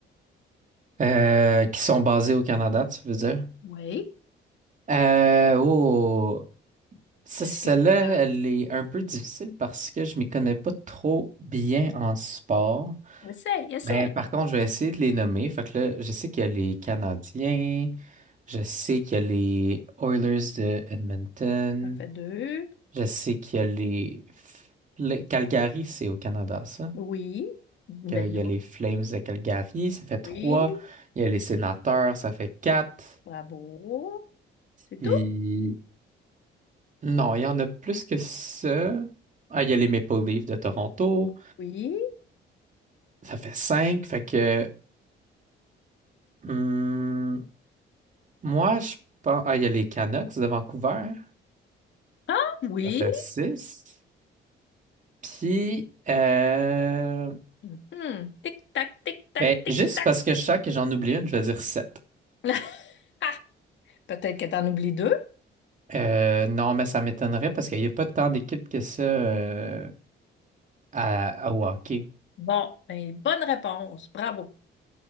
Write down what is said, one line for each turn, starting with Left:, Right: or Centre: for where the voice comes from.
Right: Euh, qui sont basés au Canada, tu veux dire?
Left: Oui.
Right: Euh, oh. Ça,
Left: Est-ce
Right: celle-là,
Left: que t'es un...
Right: elle est un peu difficile parce que je m'y connais pas trop bien en sport.
Left: Essaye, essaye.
Right: Mais par contre, je vais essayer de les nommer. Fait que là, je sais qu'il y a les Canadiens, je sais qu'il y a les Oilers de Edmonton,
Left: Ça fait deux.
Right: je sais qu'il y a les... F- les- Calgary, c'est au Canada, ça.
Left: Oui. Ben
Right: Qu'il y
Left: là,
Right: a les Flames de Calgary, ça fait trois.
Left: oui.
Right: Il y a les Sénateurs, ça fait quatre.
Left: Bravo. C'est
Right: Puis...
Left: tout?
Right: Non, il y en a plus que ça. Ah, il y a les Maple Leafs de Toronto.
Left: Oui.
Right: Ça fait cinq, fait que hum, moi je pense. Ah, il y a les Canucks de Vancouver.
Left: Ah oui.
Right: Ça fait six. Puis euh,
Left: Mhm. Tic-tac, tic-tac,
Right: ben,
Left: tic-tac.
Right: juste parce que je sens que j'en oublie une, je vais dire sept.
Left: <laughs> Ah, peut-être que t'en oublies deux.
Right: Euh, non, mais ça m'étonnerait parce qu'il n'y a pas tant d'équipes que ça euh, à, à au hockey.
Left: Bon, ben, bonne réponse. Bravo.